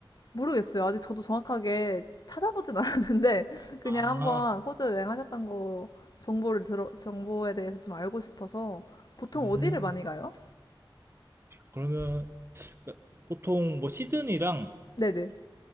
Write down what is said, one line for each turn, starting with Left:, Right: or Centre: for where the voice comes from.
Left: 모르겠어요. 아직 저도 정확하게 찾아보진 <laughs> 않았는데, 그냥
Right: 아,
Left: 한번 호주 여행하셨던 거, 정보를 들어, 정보에 대해서 좀 알고 싶어서, 보통
Right: 음.
Left: 어디를 많이 가요?
Right: 그러면 보통 뭐 시드니랑
Left: 네네.